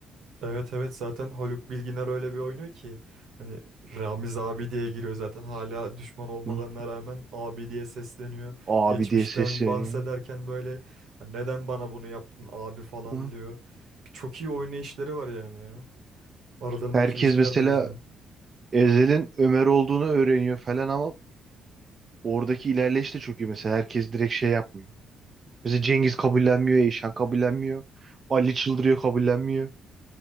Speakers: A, on the right; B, on the right.
A: Evet evet zaten Haluk Bilginer öyle bir oynuyor ki hani Ramiz abi diye giriyor zaten hala düşman olmalarına
B: Hı.
A: rağmen abi diye sesleniyor.
B: Abi
A: Geçmişten
B: diye sesleniyor.
A: bahsederken böyle "Hani neden bana bunu yaptın abi falan
B: Hı.
A: diyor. Çok iyi oynayışları var yani ya. Aralarındaki
B: Herkes
A: ilişkiler
B: mesela
A: de güzel.
B: Ezel'in Ömer olduğunu öğreniyor falan ama oradaki ilerleyiş de çok iyi. Mesela herkes direkt şey yapmıyor. Mesela Cengiz kabullenmiyor, Eyşan kabullenmiyor. Ali çıldırıyor kabullenmiyor.